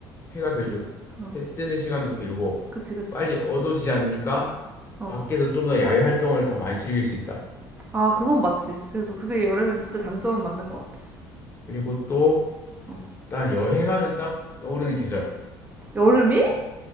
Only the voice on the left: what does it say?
해가 길고
해 뜨는 시간도 길고
빨리 어두워지지 않으니까
밖에서 좀 더 야외 활동을 더 많이 즐길 수 있다.
그리고 또
딱 여행하면 딱 떠오르는 계절.
딱,